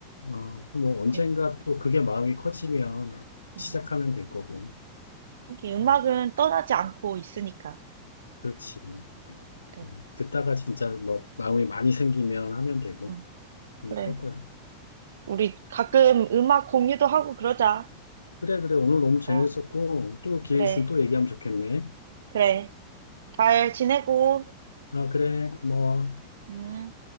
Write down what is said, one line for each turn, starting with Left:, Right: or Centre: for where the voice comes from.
Left: 응. 어, 뭐, 언젠가
Right: 음,
Left: 또 그게 마음이 커지면
Right: 음.
Left: 시작하면 될 거고.
Right: 하게 음악은
Left: 응.
Right: 떠나지 않고 있으니까.
Left: 그렇지.
Right: 그래.
Left: 응. 듣다가 진짜 뭐, 마음이 많이 생기면 하면 되고.
Right: 음,
Left: 응,
Right: 그래.
Left: 그럴 거야.
Right: 우리 가끔 음악 공유도 하고 그러자.
Left: 그래, 그래. 오늘 너무 재밌었고,
Right: 어,
Left: 또 기회
Right: 그래.
Left: 있으면 또 얘기하면 좋겠네.
Right: 그래. 잘 지내고.
Left: 아, 그래. 고마워.
Right: 음.